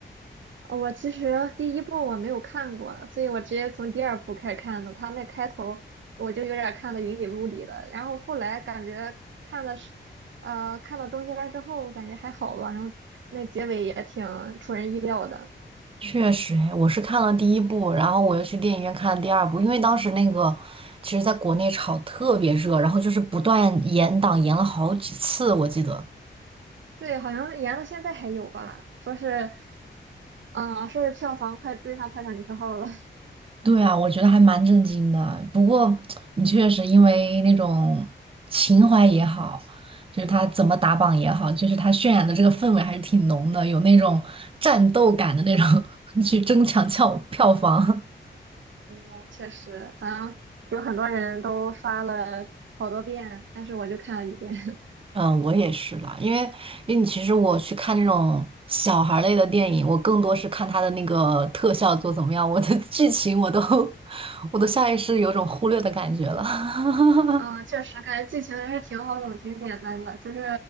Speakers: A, on the right; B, on the right.
A: 呃我其实第一部我没有看过，所以我直接从第二部开始看的。他那开头我就有点看的云里雾里的，然后后来感觉看的是，呃，看到中间儿之后感觉还好吧，然后那结尾也挺出人意料的。
B: 确实，哎，我是看了第一部，然后我又去电影院看了第二部，因为当时那个其实在国内炒特别热，然后就是不断延档，延了好几次，我记得。
A: 对，好像延到现在还有吧，说是，嗯、说是票房快追上《泰坦尼克号》了。<laughs>
B: 对啊，我觉得还蛮震惊的。不过你确实因为那种情怀也好，就是他怎么打榜也好，就是他渲染的这个氛围还是挺浓的，有那种战斗感的那种 <laughs> 去争抢票票房。
A: 嗯，确实，好像有很多人都刷了好多遍，但是我就看了一遍。
B: <laughs> 嗯，我也是啦，因为因为你其实我去看这种小孩儿类的电影，我更多是看它的那个特效做怎么样，我的剧情我都 <laughs> 我都下意识有种忽略的感觉了。<laughs>
A: 嗯，确实感觉剧情还是挺好懂、挺简单的，就是